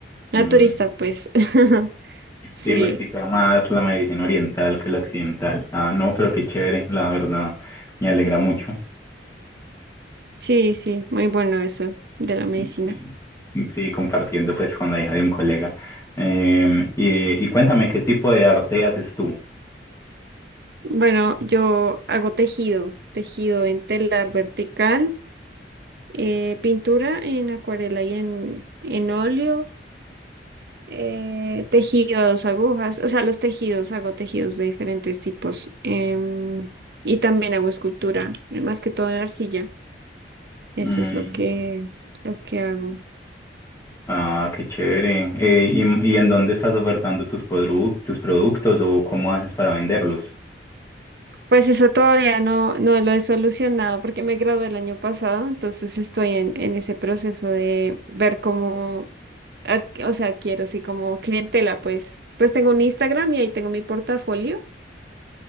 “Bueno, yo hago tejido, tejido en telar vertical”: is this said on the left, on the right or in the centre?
Right